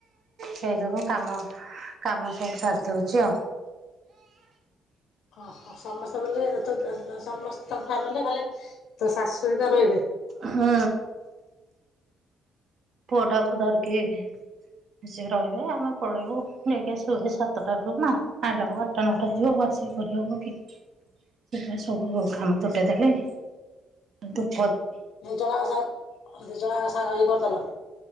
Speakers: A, on the right (about 60°); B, on the left (about 80°).
A: ସେଇବୁ କାମ କାମ ସାରି ସଉଚ।
B: ଓହୋ ସମସ୍ତେ ବୋଲେ ସମସ୍ତେ ତାଙ୍କ ଫ୍ୟାମିଲି ଖାଲି ତୋ ଶାଶୁହରିକ ରହିବେ?
A: ହଁ। ପୁଅ ଟାକୁ ଧରିକି
B: ହ।
A: ସିଏ ରହିବେ ଆମେ ପଳେଇବୁ ସେରହିବେ ଆମେ ପଳେବୁ ନେଇ ଯାଇକି ଆସିବୁ ସାତଟା ବେଳକୁ ନା ଆଇ ଲାବେଳକୁ ଆଠଟା ନଅଟା ହୋଇଯିବ। ଦବକି ସୋପାଇଁ ସବୁ କାମ ତୁଟେଇ ଦେଲେଣି ।
B: ଦି ଜଣଯାକ ସାଙ୍ଗ ଦି ଜଣ ଯାକ ସାଙ୍ଗ ହେଇକି କରିଦେଲ?